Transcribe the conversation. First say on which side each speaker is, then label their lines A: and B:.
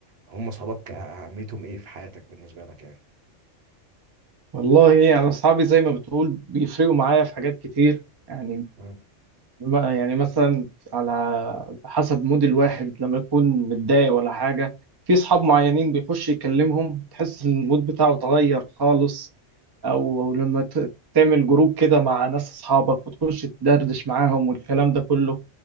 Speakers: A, on the right; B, on the right.
A: هم صحابك أهميتهم إيه في حياتك بالنسبة لك يعني؟
B: والله يعني اصحابي زي ما بتقول بيفرقوا معايا في حاجات كتير يعني
A: مم.
B: بما- يعني مثلا على حسب مود الواحد لما يكون متضايق ولا حاجه في اصحاب معينين بيخش يكلمهم تحس ان المود بتاعه اتغير خالص او أو لما ت- تعمل جروب كده مع ناس اصحابك وتخش تدردش معاهم والكلام ده كله